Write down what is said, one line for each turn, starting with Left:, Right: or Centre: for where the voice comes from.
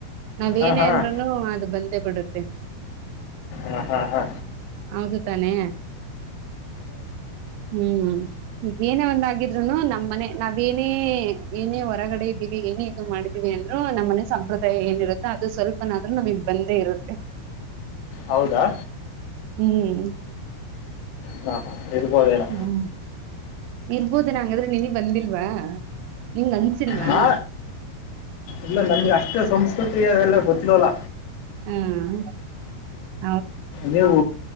Right: ನಾವೇನೇ
Left: ಹಾಂ ಹಾಂ
Right: ಅಂದ್ರೂನು ಅದು ಬಂದೇ ಬಿಡುತ್ತೆ
Left: ಹಾ ಹಾ ಹಾ
Right: ಹೌದು ತಾನೆ ಹ್ಮ್ ಈಗ ಏನೆೇ ಒಂದಾಗಿದ್ರುನು ನಮ್ಮ್ ಮನೆ ನಾವ್ ಏನೇ ಏನೇ ಹೊರಗಡೆ ಇದ್ದೀವಿ ಇದು ಮಾಡಿದೀವಿ ಅಂದ್ರು ನಮ್ಮನೆ ಸಂಪ್ರದಾಯ ಏನಿರುತ್ತೆ ಅದು ಸ್ವಲ್ಪನಾದ್ೂ ನಮಗ್ ಬಂದೇ ಇರುತ್ತೆ
Left: ಹೌದಾ
Right: ಹ್ಮ್
Left: ಹಾಂ ಹಾಂ ಇರ್ಬೋದೇನೋ
Right: ಹ್ಮ್ ಇರ್ಬೋದು ನಂಗಾದ್ರೆ ನಿನಗ್ ಬಂದಿಲ್ವಾ ನಿಂಗ್ ಅನ್ಸಿಲ್ವಾ
Left: ನಾ ಇಲ್ಲ ನಮಗೆ ಅಷ್ಟೇ ಸಂಸ್ಕೃತಿ ಅದೆಲ್ಲ ಗೊತ್ತಿಿಲ್ಲವಲ್ಲ
Right: ಹ್ಮ್
Left: ನೀವು